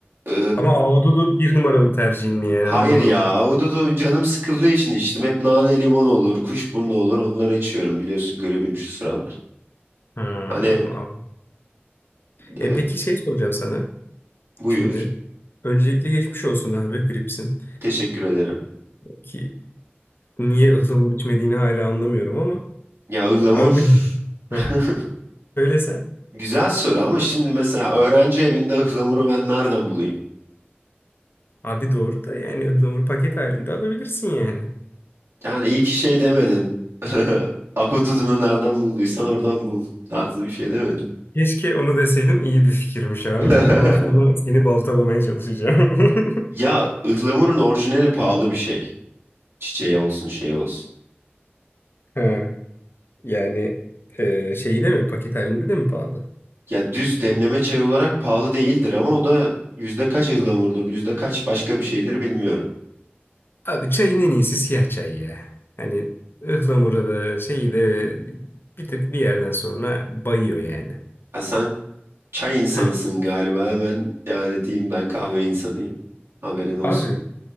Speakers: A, on the right; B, on the left.
A: e,
B: ama ahududu bir numaralı tercihin mi yani
A: Hayır
B: anlamadım.
A: ya, ahududu canım sıkıldığı için içtim. Hep nane limon olur, kuşburnu olur onları içiyorum biliyorsun gribim şu sıralar.
B: Ha.
A: Hani e,
B: E peki şey soracağım sana.
A: buyur,
B: Şimdi öncelikle geçmiş olsun abi gripsin.
A: teşekkür ederim.
B: Ki niye ıhlamur içmediğini hala anlamıyorum ama.
A: Ya ıhlamur
B: Abi <laughs>
A: <laughs>
B: Heh, sen.
A: güzel soru ama şimdi mesela öğrenci evinde ıhlamuru ben nereden bulayım?
B: Abi doğru da yani ıhlamur paket halinde alabilirsin yani.
A: Yani iyi ki şey demedin. <laughs> Ahududunu nereden bulduysan oradan bul tarzı bir şey demedin.
B: Keşke onu deseydim iyi bir fikirmiş abi.
A: <laughs>
B: Ben bundan sonra seni baltalamaya çalışacağım. <laughs>
A: Ya ıhlamurun orijinali pahalı bir şey. Çiçeği olsun şey olsun.
B: Ha, yani e, şeyi de mi paket halinde de mi pahalı?
A: Ya düz demleme çay olarak pahalı değildir ama o da yüzde kaç ıhlamurdur, yüzde kaç başka bir şeydir bilmiyorum.
B: Abi çayın en iyisi siyah çay ya. Hani ıhlamura da şeyi de bir tık bir yerden sonra bayıyor yani.
A: Ha, sen çay insanısın
B: Heh.
A: galiba hemen yani diyeyim ben kahve insanıyım. Haberin olsun.
B: Abi